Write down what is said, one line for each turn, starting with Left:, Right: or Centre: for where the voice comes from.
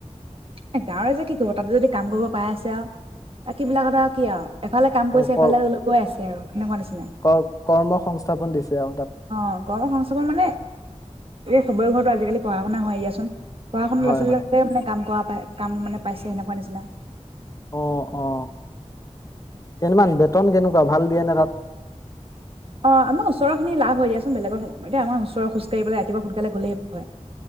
Right: এ গাঁৱৰে যে কি কব তাতে যদি কাম কৰিব পাই আছে আৰু বাকী বিলাকত আৰু কি আৰু। এফালে কাম কৰিছে
Left: অ ক
Right: এইফালে গৈ আছে। তেওঁ তেনেকুৱা নিচিনা
Left: ক কৰ্ম সংস্থাপন দিছে আৰু তাত
Right: অ' কৰ্ম সংস্থাপন মানে চবৰে ঘৰতো আজিকলি পঢ়াশুনা হয় দিয়াচোন। পঢ়শুনা
Left: হয়
Right: ল'ৰা ছোৱালীবোৰে
Left: হয়
Right: মানে কাম কৰা কাম মানে পাইছে সেনেকুৱা নিচিনা।
Left: অ-অ কিমান বেতন কেনেকুৱা ভাল দিয়ে নে তাত?
Right: অ' আমাৰ ওচৰৰ খিনি লাভ হয় দিয়াচোন বেলেগৰ এতিয়া আমাৰ ওচৰত খোজ খোজাঢ়ি পেলাই ৰাতিপুৱা সোনকালে গ'লেই হয়।